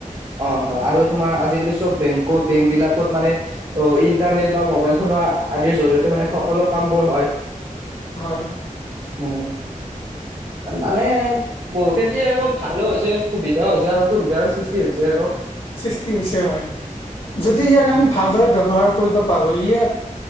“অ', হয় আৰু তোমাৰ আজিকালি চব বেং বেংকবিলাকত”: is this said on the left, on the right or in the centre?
Right